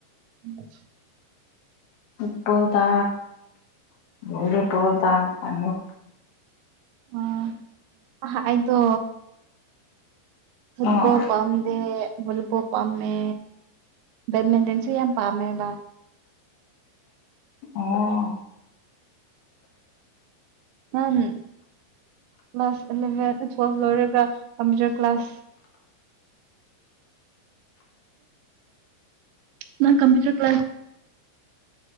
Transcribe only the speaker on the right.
<inaudible>
ꯑ ꯑꯍꯥ ꯑꯩꯗꯣ ꯐꯨꯠꯕꯣꯜ
ꯄꯥꯝꯗꯦ ꯚꯣꯂꯤꯕꯣꯜ ꯄꯥꯝꯃꯦ ꯕꯦꯠꯃꯦꯟꯇꯦꯟꯁꯨ ꯌꯥꯝ ꯄꯥꯝꯃꯦꯕ
ꯅꯪ ꯀ꯭ꯂꯥꯁ ꯑꯦꯂꯚꯦꯟ ꯇꯨꯋꯦꯜ ꯂꯣꯏꯔꯒ ꯀꯝꯄ꯭ꯌꯨꯇꯔ ꯀ꯭ꯂꯥꯁ ꯅꯪ ꯀꯝꯄ꯭ꯌꯨꯇꯔ ꯀ꯭ꯂꯥꯁ